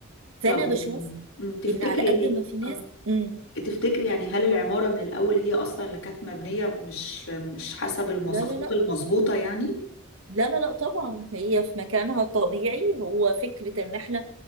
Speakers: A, on the right; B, on the left.
A: فانا
B: طب
A: بشوف
B: يعني- مم، تفتكري
A: ان على قد
B: هي
A: ما في ناس
B: اه
A: مم.
B: تفتكري يعني هل العمارة من الأول هي أصلا اللي كانت مبنية مش مش حسب المواصفات
A: لا لا لا
B: المظبوطة يعني
A: لا لا لا طبعا هي في مكانها الطبيعي هو فكرة ان احنا